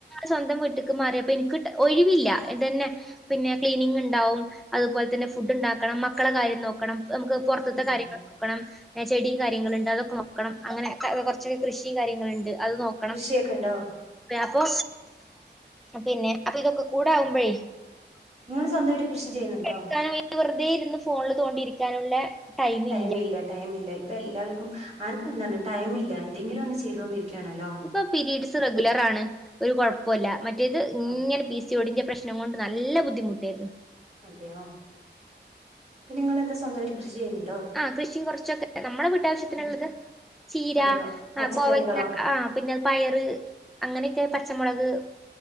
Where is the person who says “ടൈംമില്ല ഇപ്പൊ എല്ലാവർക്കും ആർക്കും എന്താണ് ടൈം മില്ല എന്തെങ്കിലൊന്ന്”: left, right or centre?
Right